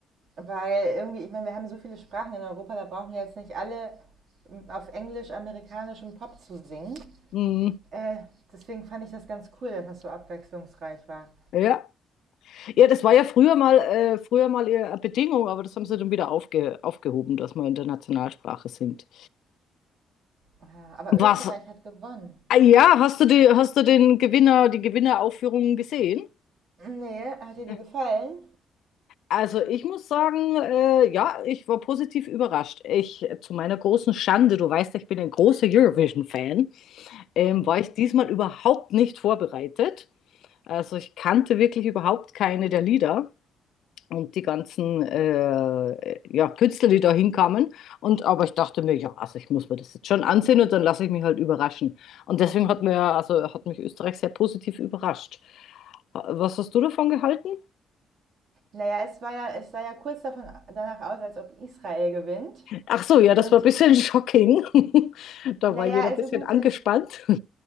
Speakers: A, on the right; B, on the left.
A: Weil irgendwie, ich meine, wir haben so viele Sprachen in Europa, da brauchen wir jetzt nicht alle ähm, auf englisch-amerikanischem Pop zu singen.
B: Mhm.
A: Äh, deswegen fand ich das ganz cool, dass das so abwechslungsreich war.
B: Ja. Ja, das war ja früher mal, äh, früher mal eher eine Bedingung, aber das haben sie dann wieder aufge aufgehoben, dass wir in der Nationalsprache sind.
A: Ja, Aber
B: Was?
A: Österreich hat gewonnen.
B: Ah, Ja, hast du die, hast du den Gewinner, die Gewinneraufführungen gesehen?
A: Nee, hat dir die
B: Ja.
A: gefallen?
B: Also ich muss sagen, äh, ja, ich war positiv überrascht. Ich, äh, zu meiner großen Schande, du weißt, ja, ich bin ein großer Eurovision-Fan, ähm, war ich diesmal überhaupt nicht vorbereitet. Also ich kannte wirklich überhaupt keine der Lieder und die ganzen äh, ja, Künstler, die da hinkamen. Und aber ich dachte mir, ja, also ich muss mir das jetzt schon ansehen und dann lasse ich mich halt überraschen. Und deswegen hat mir, also hat mich Österreich sehr positiv überrascht. Was hast du davon gehalten?
A: Naja, es war ja, es sah ja kurz davon, danach aus, als ob Israel gewinnt.
B: Ach so, ja,
A: Und
B: das war ein bisschen shocking. <laughs> Da
A: naja,
B: war jeder
A: also
B: ein bisschen
A: gut,
B: angespannt.
A: dann
B: <laughs>